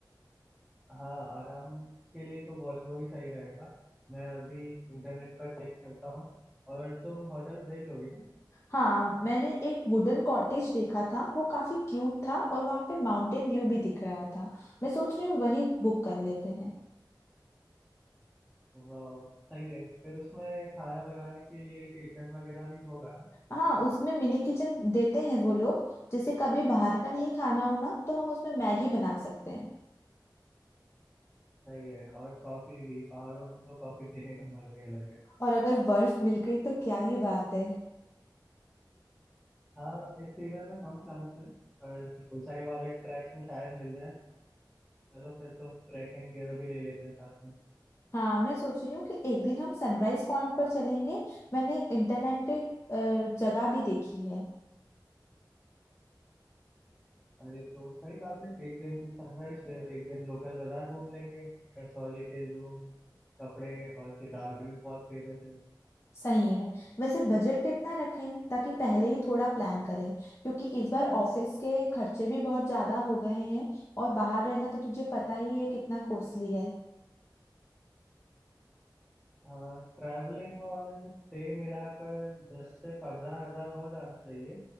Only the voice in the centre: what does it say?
हाँ आराम के लिए तो वॉल्वो ही सही रहेगा मैं अभी इंटरनेट पर चेक करता हूँ और तुम होटल्स देख लोगे ना
वाह सही है फिर उसमें खाना बनाने के लिए किचन वगैरह भी होगा ना
सही है और कॉफी भी पहाड़ों में तो कॉफी पीने का मजा ही अलग है
हाँ इस सीजन में कम चांस है पर ऊंचाई वाले ट्रैक्स में शायद मिल जाए चलो फिर तो ट्रैकिंग गियर भी ले लेते हैं साथ में
अरे तो सही बात है एक दिन सनराइज फिर एक दिन लोकल बाजार घूम लेंगे कसौली के जो कपड़े और किताबें भी बहुत फेमस है
हाँ ट्रैवलिंग और स्टे मिलाकर दस से पंद्रह हजार हो जाना चाहिए